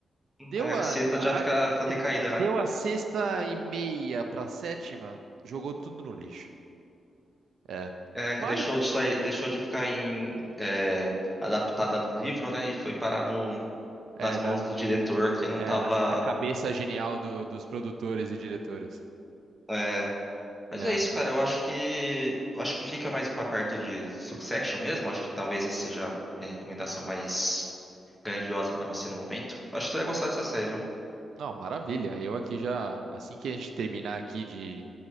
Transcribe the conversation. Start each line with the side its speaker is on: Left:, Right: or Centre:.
Right: Deu
Centre: Aí a
Right: a,
Centre: sexta já fica,
Right: a- a-
Centre: tá decaída, né?
Right: deu a sexta e meia pra sétima, jogou tudo no lixo. É.
Centre: É, que
Right: Mas,
Centre: deixou de sair, deixou de ficar em, é, adaptada do livro, né? E foi parar no,
Right: é,
Centre: nas mãos
Right: da-
Centre: do diretor que não
Right: é,
Centre: tava.
Right: na, na cabeça genial do- dos produtores e diretores.
Centre: é, Mas
Right: É.
Centre: é isso, cara. Eu acho que. eu acho que fica mais pra perto de Succession mesmo. Acho que talvez essa seja minha recomendação mais grandiosa pra você no momento. Acho que tu ia gostar dessa série, viu?
Right: Não, maravilha. Eu aqui já, assim que a gente terminar aqui de,